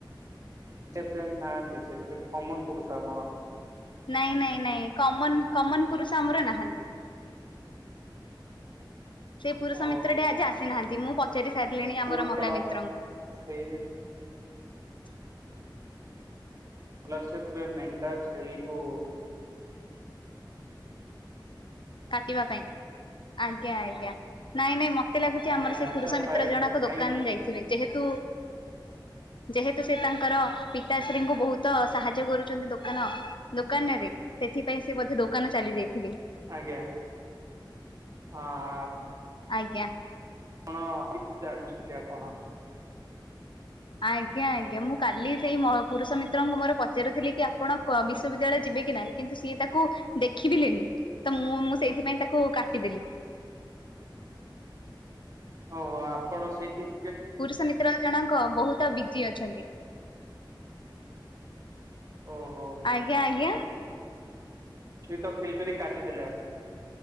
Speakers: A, on the right; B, on the left.
A: ଯେବେ ନାହାଁନ୍ତି ସେ କମନ କରୁଛ ଆମର
B: ନାଇଁ ନାଇଁ ନାଇଁ କମନ କମନ ପୁରୁଷ ଆମର ନାହାନ୍ତି। ସେଇ ପୁରୁଷ
A: ଓ
B: ମିତ୍ର ଟା ଆଜି ଆସିନାହାନ୍ତି। ମୁଁ ପଚାରି ସାରିଲିଣି
A: ପୁରୁଷ
B: ଆମର ମହିଳା ମିତ୍ରଙ୍କୁ।
A: ସେଇ ସ୍କଲରଶିପ ରେ ମେଣ୍ଢା, ଛେଳିକୁ
B: କାଟିବା ପାଇଁ ଆଜ୍ଞା ଆଜ୍ଞା ନାଇଁ ନାଇଁ ମେ ଏତେ ଲାଗୁଛି
A: ନାଇଁ
B: ଆମର
A: ନାଇଁ
B: ସେ
A: ଘାସ
B: ପୁରୁଷ ମିତ୍ର
A: ଖୁଆଇବା
B: ଜଣକ
A: ପାଇଁ କାହିଁକି
B: ଦୋକାନ
A: ନା
B: ଯାଇଥିବେ ଯେହେତୁ ଯେହେତୁ ସେ ତାଙ୍କର ପିତାଶ୍ରୀଙ୍କୁ ବହୁତ ସାହାଯ୍ୟ କରୁଛନ୍ତି ଦୋକାନ ଦୋକାନରେ ସେଥିପାଇଁ ସେ ବୋଧେ ଦୋକାନ ଚାଲି ଯାଇଥିବେ?
A: ଆଜ୍ଞା ହଁ
B: ଆଜ୍ଞା।
A: ଆପଣ କିଛି ଜାଣିଛନ୍ତି ଆପଣ?
B: ଆଜ୍ଞା ଆଜ୍ଞା ମୁଁ କାଲି ସେଇ ପୁରୁଷ ମିତ୍ରଙ୍କୁ ମୋର ପଚାରୁଥିଲି କି ଆପଣ ବିଶ୍ୱବିଦ୍ୟାଳୟ କେବେ ଯିବେ କି ନାହିଁ କିନ୍ତୁ ସିଏ ତାକୁ ଦେଖିବିଲେନି। ତ ମୁଁ ମୁଁ ସେଇଥିପାଇଁ ତାକୁ କାଟିଦେଲି।
A: ଓହୋ ଆପଣ ସେଇଥି
B: ପୁରୁଷ ମିତ୍ର ଜଣଙ୍କ ବହୁତ ବିଜି ଅଛନ୍ତି।
A: ଓହୋ।
B: ଆଜ୍ଞା ଆଜ୍ଞା।
A: ଅଥଚ ଫିଲ୍ କରି କାଟିଦେଲେ।